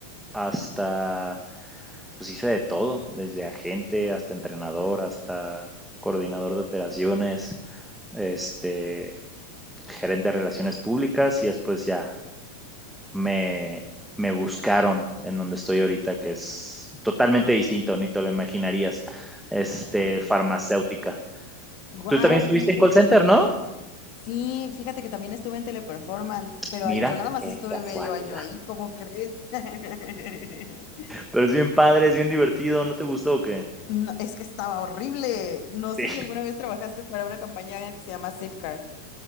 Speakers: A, in the centre; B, on the left (about 55°).
A: hasta, pues hice de todo, desde agente hasta entrenador, hasta coordinador de operaciones, este, gerente de relaciones públicas y después ya me, me buscaron en donde estoy ahorita, que es totalmente distinto, ni te lo imaginarías, este,
B: Ok.
A: farmacéutica.
B: Guau,
A: Tú también estuviste
B: ¿cómo crees?
A: en call center, ¿no?
B: Sí, fíjate que también estuve en Teleperformance, pero
A: Mira,
B: ahí- yo nada más
A: qué
B: estuve
A: casualidad.
B: medio año ahí, ¿cómo crees? <laughs>
A: Pero es bien padre, es bien divertido, ¿no te gustó o qué?
B: No, es que estaba horrible. No
A: Sí.
B: sé si alguna vez trabajaste para una campaña que se llama Zipcar.